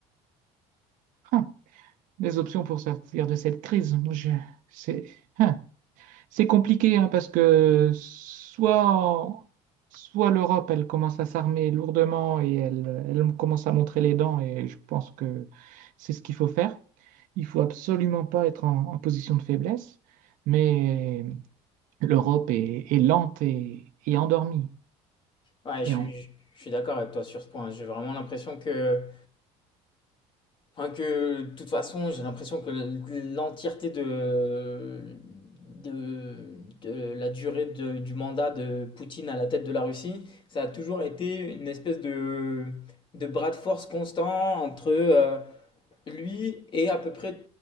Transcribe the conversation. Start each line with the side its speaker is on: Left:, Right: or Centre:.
Right: Hein, les options pour sortir de cette crise, moi, je- c'est hein, c'est compliqué hein, parce que soit, soit l'Europe, elle commence à s'armer lourdement et elle, elle commence à montrer les dents et je pense que c'est ce qu'il faut faire. Il faut absolument pas être en, en position de faiblesse, mais l'Europe est, est lente et, et endormie.
Left: Ouais, je
Right: Et
Left: suis,
Right: en
Left: je je suis d'accord avec toi sur ce point. J'ai vraiment l'impression que, enfin, que de toute façon, j'ai l'impression que l'entièreté de, de, de la durée de- du mandat de Poutine à la tête de la Russie, ça a toujours été une espèce de, de bras de force constant entre euh, lui et à peu près